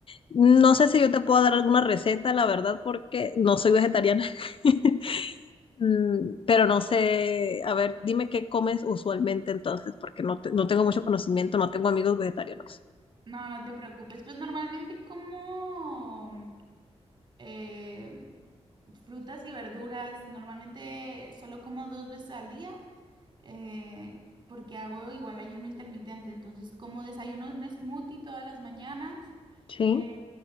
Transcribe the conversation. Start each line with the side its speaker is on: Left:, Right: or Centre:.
Left: No sé si yo te puedo dar alguna receta, la verdad, porque no soy vegetariana. <laughs> Mm, Pero no sé, a ver, dime qué comes usualmente entonces, porque no, te- no tengo mucho conocimiento, no tengo amigos vegetarianos.
Right: No, no te preocupes. Pues normalmente como eh, frutas y verduras, normalmente solo como dos veces al día, eh, porque hago igual ayuno intermitente. Entonces como desayuno un smoothie todas las mañanas.
Left: Sí,
Right: eh,